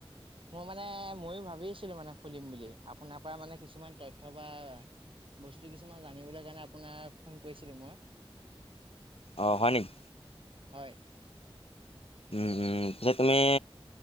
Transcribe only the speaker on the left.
অঁ হয় নেকি
উম উম পিছে তুমি